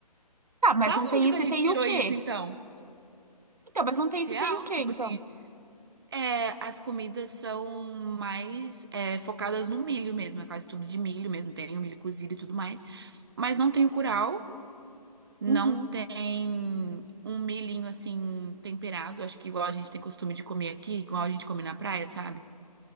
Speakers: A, on the right; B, on the right.
A: Ah, mas
B: da
A: não tem
B: onde
A: isso
B: que a gente
A: e tem
B: tirou
A: o quê?
B: isso então?
A: Então, mas não tem
B: Real,
A: isso e tem o quê,
B: tipo
A: então?
B: assim. É, as comidas são mais é, focadas no milho mesmo, é quase tudo de milho mesmo, tem o milho cozido e tudo mais. Mas não tem o curau, não
A: Uhum.
B: tem um milhinho assim temperado, acho que igual a gente tem costume de comer aqui, igual a gente come na praia, sabe?